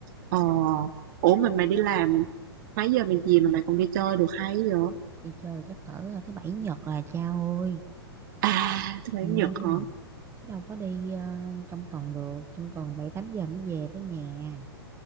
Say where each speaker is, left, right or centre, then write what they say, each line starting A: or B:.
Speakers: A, on the right; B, on the right.
A: ờ Ủa mình mày đi làm mấy giờ mày gì mà mày còn đi chơi được hay vậy
B: Đi chơi chắc cỡ à, thứ bảy nhật là cha ơi.
A: à thứ bảy
B: Ừ.
A: chủ nhật hả
B: Chứ đâu có đi à, trong tuần được, trong tuần 7 8 giờ mới về tới nhà.